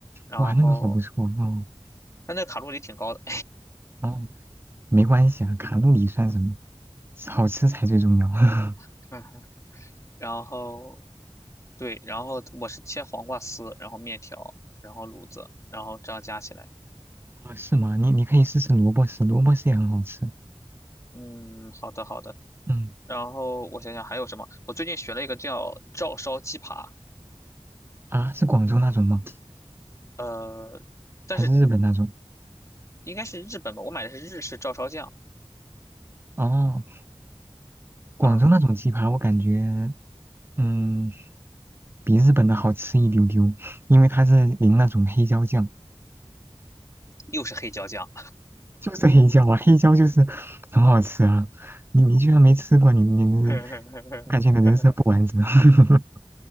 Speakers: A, on the left (about 30°); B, on the right (about 20°).
A: 然后
B: 哇，那个好不错，哦
A: 但那卡路里挺高的，
B: 哦，没关系啊，卡路里算什么，好吃才最重要。<laughs>
A: <laughs> 然后对，然后我是切黄瓜丝，然后面条，然后卤子，然后这样加起来。
B: 哦，是吗？你你可以试试萝卜丝，萝卜丝也很好吃，
A: 嗯，好的好的。
B: 嗯，
A: 然后我想想还有什么？我最近学了一个叫照烧鸡扒，
B: 啊，是广州那种吗？
A: 呃，但是
B: 还是日本那种？
A: 应该是日本吧，我买的是日式照烧酱，
B: 哦，广州那种鸡排，
A: 啊、
B: 我感觉。嗯，比日本的好吃一丢丢，因为它是淋那种黑椒酱，
A: 又是黑椒酱，
B: 就是黑椒啊，黑椒就是很好吃啊。你你居然没吃过，你你你，
A: <laughs>
B: 感觉你的人生不完整。<laughs>